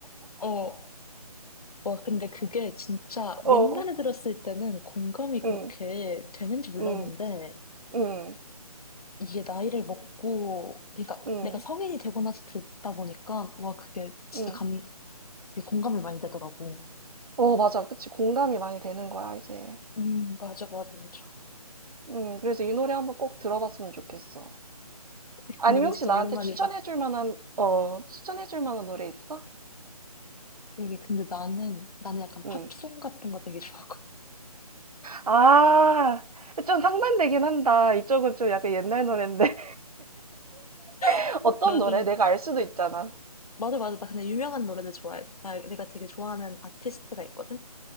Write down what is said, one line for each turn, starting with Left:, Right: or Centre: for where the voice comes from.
Left: 어. 와, 근데 그게 진짜
Right: <laughs> 어,
Left: 옛날에 들었을 때는 공감이 그렇게
Right: 응,
Left: 되는지 몰랐는데,
Right: 응, 응,
Left: 이게 나이를 먹고, 그러니까
Right: 응,
Left: 내가 성인이 되고 나서 듣다 보니까, 와, 그게 진짜
Right: 응.
Left: 감, 되게 공감이 많이 되더라고.
Right: 어, 맞아, 그치. 공감이 많이 되는 거야 이제.
Left: 음, 맞아, 맞아, 맞아.
Right: 음, 그래서 이 노래 한번 꼭 들어봤으면 좋겠어.
Left: 이
Right: 아니면
Left: 노래
Right: 혹시
Left: 진짜
Right: 나한테
Left: 오랜만이다.
Right: 추천해줄 만한, 어, 추천해줄 만한 노래 있어?
Left: 그러게, 근데 나는, 나는 약간
Right: 응.
Left: 팝송 같은 거 되게 좋아하거든.
Right: 아, 좀 상반되긴 한다. 이쪽은 좀 약간 옛날 노래인데. <laughs>
Left: <laughs>
Right: 어떤
Left: 나는,
Right: 노래? 내가 알 수도 있잖아.
Left: 맞아, 맞아. 나 근데 유명한 노래들 좋아해. 나, 내가 되게 좋아하는 아티스트가 있거든?